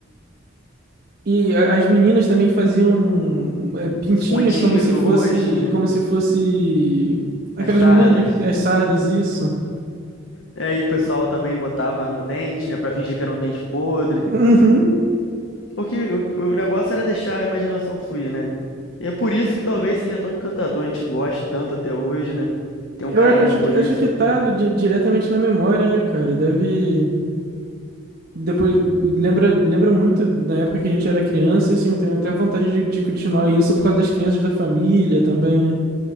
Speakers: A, on the right (about 50°); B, on the left (about 70°).
A: E a- as meninas também faziam é, pintinhas
B: uns pontinhos
A: como se
B: no
A: fosse,
B: rosto, né?
A: como se fosse aquelas
B: As sardas.
A: meninas, né, que tem as sardas, isso.
B: É, E aí o pessoal também botava no dente, né? Pra fingir que era um dente podre.
A: Uhum.
B: O que, o, que- o negócio era deixar a imaginação fluir, né? E é por isso que talvez seja tão encantador, a gente gosta tanto até hoje, né? Tem
A: Eu
B: um carinho
A: a- acho
B: por
A: que acho
B: isso,
A: que
B: porque.
A: tá di- diretamente na memória, né, cara? Deve depois lembra lembra muito na época que a gente era criança, e assim, eu tenho até vontade de, de continuar isso por causa das crianças da família também, né?